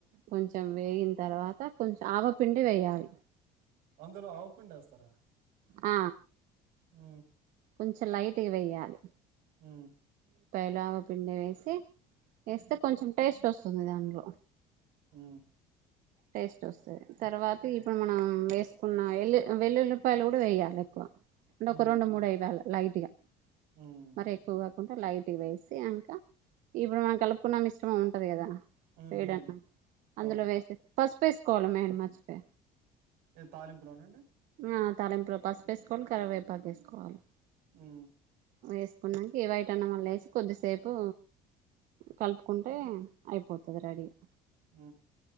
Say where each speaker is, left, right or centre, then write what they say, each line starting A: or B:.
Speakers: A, on the right; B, on the right.
A: కొంచెం వేయిిన తర్వాత కొంచెం ఆవపిండి వేయాలి
B: అందలో ఆవుపి వేస్తారా
A: ఆ
B: ఉ
A: కొంచెం లైట్ వయ్యాలి
B: ఆ
A: గలామ పిండ వేసి ఎస్తా కొంచెం టేస్ట్ అ వస్తుంది దాంట్లో
B: ఆ
A: టేస్ట్ వస్తుంది తర్వాత ఇప్పుడు మనం వేసుకున్న వెల్లు వెల్లుల్లిపాయలు కూడా వేయాలి ఎక్కువ అంటే
B: హ్మ్.
A: ఒక రెడు మూడుైఐదు లైటగా
B: హ్మ్.
A: మరి ఎక్కువ కాకుండా లైట్ ఇటి వేసి అంకా ఇప్పుడు మనం కలుపుకున్నాం ఇష్టం ఉంటది కదా
B: హ్మ్.
A: వేడన్నం
B: హ్మ్.
A: అందులో
B: అవును.
A: వేస్తే పసుపు వేసుకోవాలి మేను మర్చిపో
B: ఏది తాలంపులోన్నాండి
A: ఆ తాలింపుల్లో పసుపు వేసుకోవాలి కరివేపాక వేసుకోవాలి
B: ఆ
A: వేసుకున్నాకి వైట అన్నం వళ్ళ వేసి కొద్దిసేపు కలుపుకుంటే అయిపోతది రెడీగా
B: ఆ